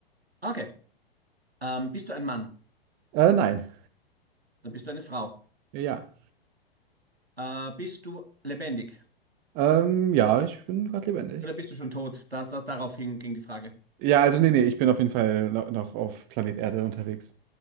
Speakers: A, on the right; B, on the right.
A: Okay. Ähm, bist du ein Mann?
B: Äh, nein.
A: Dann bist du eine Frau.
B: Ja. ja.
A: Äh, bist du lebendig?
B: Ähm, ja, ich bin gerade lebendig.
A: Oder bist du schon tot? Da, da, daraufhin ging die Frage.
B: Ja, also nee, nee, ich bin auf jeden Fall noch, noch auf Planet Erde unterwegs.